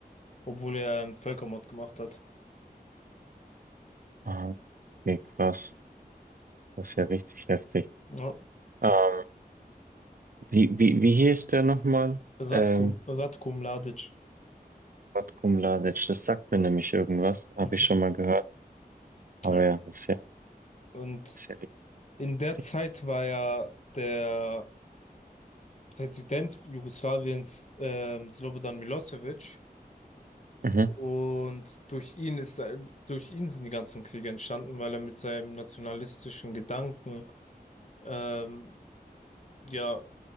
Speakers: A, on the left (about 45°); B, on the right (about 60°).
A: Obwohl er einen Völkermord gemacht hat.
B: Ja. Nee, krass. Das ist ja richtig heftig.
A: Ja.
B: Ähm, wie, wie, wie hieß der nochmal? Ähm,
A: Ratko, Ratko Mladic.
B: Ratko Mladic. Das sagt mir nämlich irgendwas.
A: Mhm.
B: Habe ich schon mal gehört. Aber
A: Ja.
B: ja, das ist ja,
A: Und
B: das ist ja richtig
A: in der
B: heftig.
A: Zeit war ja der Präsident Jugoslawiens, ähm, Slobodan Milosevic.
B: Mhm,
A: Und durch ihn ist, durch ihn sind die ganzen Kriege entstanden, weil er mit seinem nationalistischen Gedanken, ähm, ja,